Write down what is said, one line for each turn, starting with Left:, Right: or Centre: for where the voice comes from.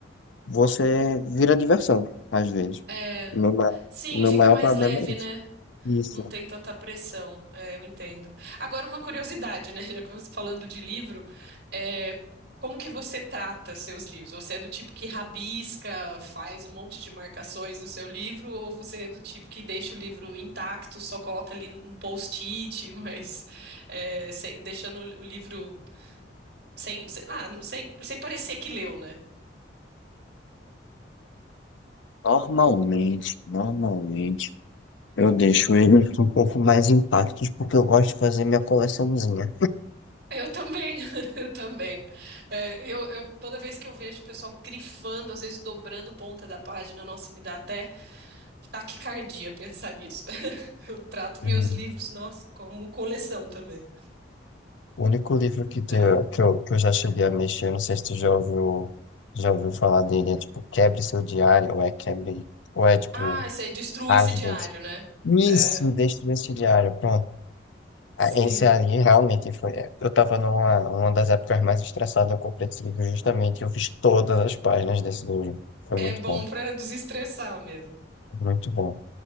Left: você vira diversão, às vezes.
Right: É,
Left: O meu, ma-
Right: sim,
Left: o meu
Right: fica
Left: maior
Right: mais
Left: problema
Right: leve,
Left: é isso.
Right: né?
Left: Isso.
Right: Não tem tanta pressão, é, eu entendo. Agora, uma curiosidade, né? <laughs> Já que você tá falando de livro, é, como que você trata seus livros? Você é do tipo que rabisca, faz um monte de marcações no seu livro, ou você é do tipo que deixa o livro intacto, só coloca ali um post-it, <laughs> mas é, sem- deixando o livro sem, sem, ah, sem, sem parecer que leu, né?
Left: Normalmente, normalmente, eu deixo ele <laughs> um pouco mais intactos porque eu gosto de fazer minha coleçãozinha.
Right: Eu também, <laughs> eu também. É, eu, eu- toda vez que eu vejo o pessoal grifando, às vezes dobrando ponta da página, nossa, me dá até taquicardia pensar nisso. <laughs> Eu trato
Left: Hum.
Right: meus livros, nossa, como coleção também.
Left: O único livro que, deu,
Right: É.
Left: que, eu, que eu já cheguei a mexer, não sei se tu já ouviu, já ouviu falar dele, é tipo Quebre Seu Diário, ou é Quebre, ou é tipo.
Right: Ah, isso aí destrua
Left: Às
Right: esse diário,
Left: vezes.
Right: né?
Left: Isso,
Right: É,
Left: deste vestiário, pronto.
Right: sim.
Left: Ah, Esse ali realmente foi. é, Eu tava numa uma das épocas mais estressadas, eu comprei esse livro justamente. Eu fiz todas as páginas desse livro. Foi
Right: É
Left: muito
Right: bom
Left: bom,
Right: pra desestressar mesmo.
Left: muito bom.